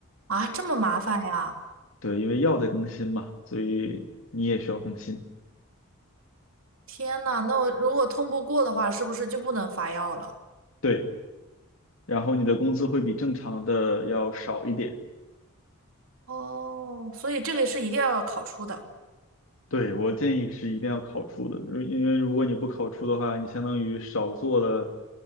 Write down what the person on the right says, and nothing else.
啊，这么麻烦呀！
天呐，那我如果通不过的话，是不是就不能发药了？
哦，所以这个是一定要考出的。